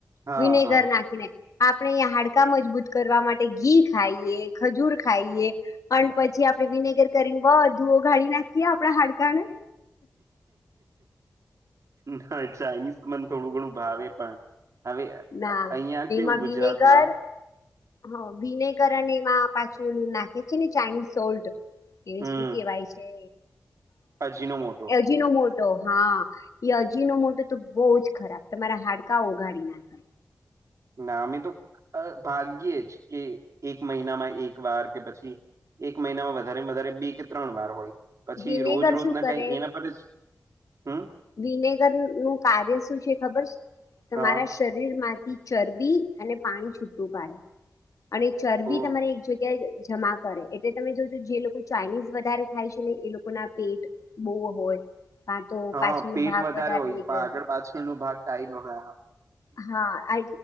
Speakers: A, on the right (about 65°); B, on the left (about 70°).
A: હા
B: વિનેગર
A: હા
B: નાખીને આપડણે હાડ કા મજબૂત કરવા માટે ઘી ખાઈએ ખજૂર ખાઈએ અને પછી આપડે વિનેગર કરીને બધુ ઓગાળી નાખીએ આપણા હાડકાને.
A: ના ચાાઈનીઝ મને થોડું ઘણું ભાવે પણ હવે
B: ના
A: અહિયાં કેવું
B: એમાં
A: ગુજરાતમાં
B: વિનેગર હ વિનેગર અને એમાં પાછો ઉલુ નાખે છે ને ચાઇનીઝ સોલ્ટ એ
A: હમ
B: શું કેવાય છે,
A: અજીનો મોટો
B: અજી નો મોટો હા અજી નો મોટો તો બહુ જ ખરાબ તમારા હાડકા ઓગાડી નાખે
A: ના અમે તો ભાગ્યે જ કે એક મહિનામાં એક વાર કે પછી એક મહિનામાં વધારે વધારે બે કે ત્રણ વાર હોય પછી
B: વિનેગર
A: રોજ રોજના
B: શું કરે
A: કઈ એના પર જ હમ્મ
B: વિનેગર નું કાર્ય શું છે ખબર છે તમારા
A: હા
B: શરીર માંથી ચરબી અને પાણી છૂટું પાડે. અને ચરબી
A: ઓ
B: તમારે એક જગ્યાએ જમા કરે એટલે તમે જોજો જે લોકો ચાઇનીઝ વધારે થાય છે ને એ લોકો ના પેટ બહુ હોય કા તો
A: હા
B: પાછ ન
A: પેટ
B: ભાગ વધારે
A: હોય
B: નીકળ્યો
A: પણ આગળ પાછળ નો ભાગ ટાઈ નો હા
B: હા આ